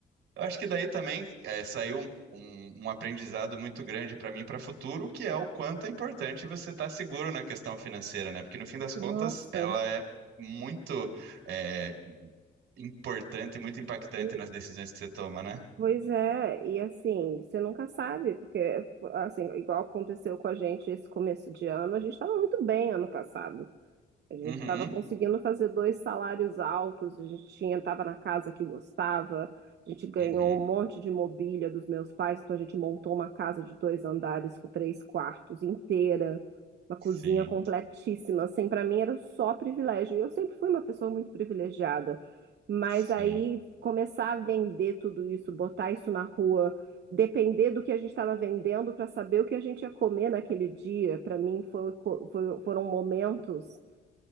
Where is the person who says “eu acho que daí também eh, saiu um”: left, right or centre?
Right